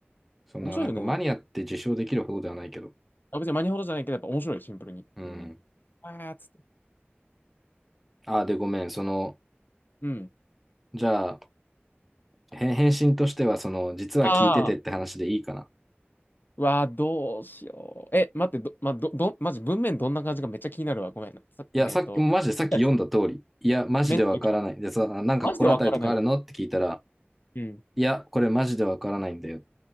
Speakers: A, in the centre; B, on the left.
A: そんな、
B: 面白いよね。
A: なんかマニアって自称できるほどではないけど。
B: あ別にマニほどじゃないけどやっぱ面白いシンプルに。
A: うん。
B: うん。あーっつって。
A: あ、で、ごめん。その、
B: うん。
A: じゃあ、へ返信としては、その、実は聞いててって話でいいかな。
B: ああ。うわー、どうしよう。え、待って、ど、まど、ど、マジ文面どんな感じかめっちゃ気になるわ。ごめんな。さえっと、
A: いや、さっき、マジでさっき読んだ通り。
B: いや
A: いや、マジでわからない。
B: メンタル、
A: で、さ、なんか心当たりとかあるのって聞いたら、
B: マジでわからない。うん。
A: いや、これマジでわからないんだよ。